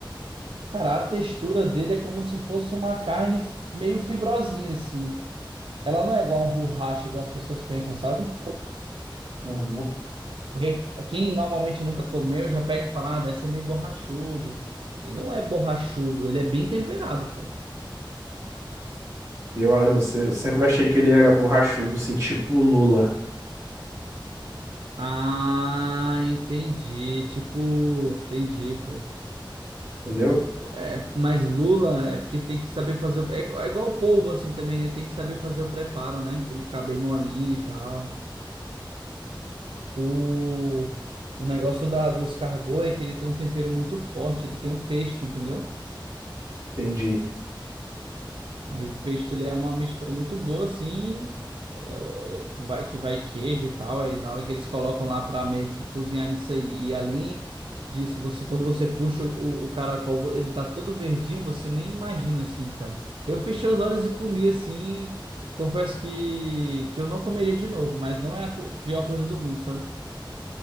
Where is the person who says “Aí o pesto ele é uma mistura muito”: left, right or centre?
Right